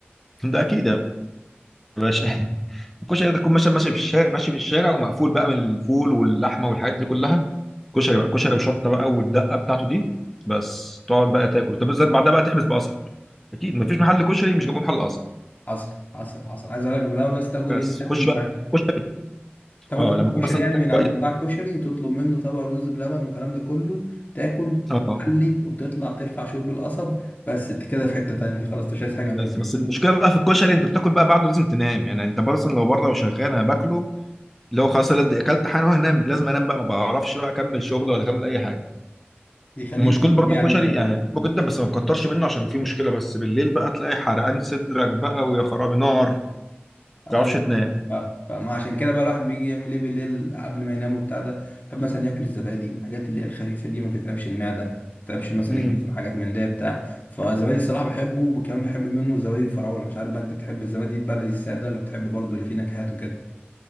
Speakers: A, in the centre; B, on the left.
A: ده اكيد يا باشا الكشري ده تكون مثلا ماشي في الشارع ماشي في الشارع ومقفول بقى من الفول واللحمه والحاجات دي كلها كشري بقى كشري وشطه بقى والدقه بتاعته دي بس تقعد بقى تاكل طب بس بعدها بقى تحبس بقصب اكيد مفيش محل كشري مش جنبه محل قصب
B: حصل حصل حصل عايز اقول لك في الاول بس تاكل
A: بس
B: ايه تاكل
A: خش بقى كشري
B: تاكل
A: اه
B: طبق
A: لما يكون
B: كشري
A: مثلا
B: يعني
A: مكان
B: من
A: كويس
B: عند بتاع الكشري وتطلب منه طبق رز بلبن والكلام ده كله تاكل
A: اه
B: وتحلي وتطلع ترفع شوب القصب بس انت كده في حتة تانية خلاص انت مش عايز حاجة
A: بس
B: من الدنيا
A: بس المشكله بقى في الكشري انت بتاكل بقى بعده لازم تنام يعني انت مثلا لو بره وشغال انا باكله اللي هو خلاص أنا دي- اكلت حاجه وهنام لازم انام بقى ما بعرفش بقى اكمل شغل ولا اكمل اي حاجه
B: بيخليك
A: مشكلة
B: تفصل
A: برضو
B: يعني
A: الكشري
B: وكده
A: يعني بحبه جدا بس ما تكترش منه عشان فيه مشكلة بس بالليل بقى تلاقي حرقان صدرك بقى ويا خرابي نار ما
B: ايوه
A: تعرفش تنام
B: يعني ف- فما عشان كده بقى الواحد بيجي يعمل ايه بالليل قبل ما ينام وبتاع ده يحب مثلا ياكل الزبادي الحاجات اللي هي الخفيفة دي ما تتعبش المعدة ما تتعبش مثلا
A: امم
B: الجسم حاجات من ده بتاع فالزبادي الصراحة بحبه وكمان بحب منه الزبادي الفراولة مش عارف بقى انت بتحب الزبادي البلدي السادة ولا بتحب برضه اللي فيه نكهات وكده